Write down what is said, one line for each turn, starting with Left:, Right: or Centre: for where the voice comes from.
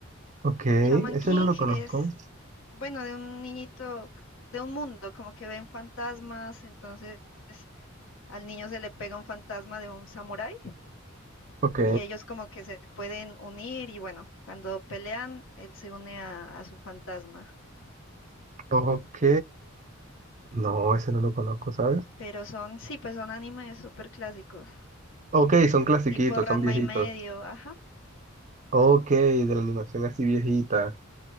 Right: Ok, ese
Left: Shaman King
Right: no lo conozco.
Left: es, bueno, de un niñito, de un mundo, como que ven fantasmas. Entonces al niño se le pega un fantasma de un samurái
Right: Ok,
Left: y ellos como que se pueden unir. Y bueno, cuando pelean, él se une a a su fantasma.
Right: ok. No, ese no lo conozco, ¿sabes?
Left: Pero son, sí, pues son animes súper clásicos,
Right: Ok, son clasiquitos,
Left: tipo Ranma
Right: son viejitos.
Left: y medio, ajá.
Right: Ok, de la animación así viejita.